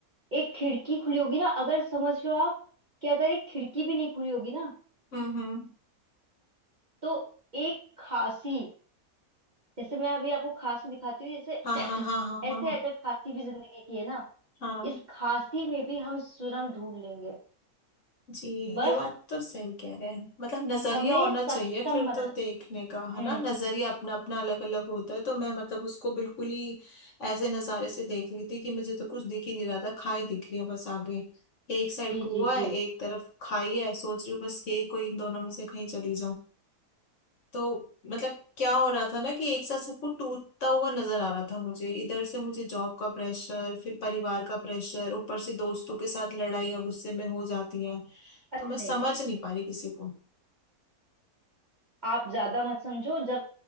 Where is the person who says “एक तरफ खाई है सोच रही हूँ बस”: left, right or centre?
Left